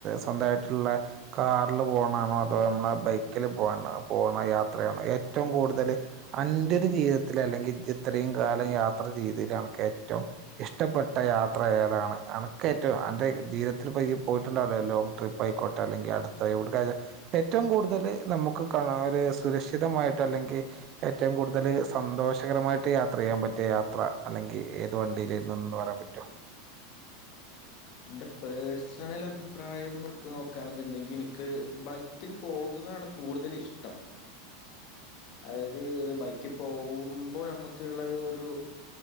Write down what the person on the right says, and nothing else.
സ്വന്തമായിട്ടുള്ള കാറിൽ പോണാണോ അതോ നമ്മള് ആ ബൈക്കിൽ പോ പോണ യാത്രയാണ് ഏറ്റവും കൂടുതൽ അന്റെ ഒരു ജീവിതത്തിൽ അല്ലെങ്കിൽ ഇത്രയും കാലം യാത്ര ചെയ്തിൽഅക്ക് ഏറ്റവും ഇഷ്ടപ്പെട്ട യാത്ര ഏതാണ് ഒ ഏറ്റവും അന്റെ ജീവിത്തിൽ പോയിട്ടുണ്ടാവല്ലോ ലോങ്ങ് ട്രിപ്പ് ആയിക്കോട്ടെ അല്ലെങ്കിൽ അടുത്തവിടെക്ക് ഏറ്റവും ഏറ്റവും കൂടുതൽ നമുക്ക് കാരെ സുരക്ഷിതമായിട്ട് അല്ലെങ്കിൽ ഏറ്റവും കൂടുതൽ സന്തോഷകര മായിട്ട് യാത്ര ചെയ്യാൻ പറ്റിയ യാത്ര അല്ലെങ്കിൽ ഏത് വണ്ടിയിലയിരുന്നു എന്ന് പറയാൻ പറ്റോ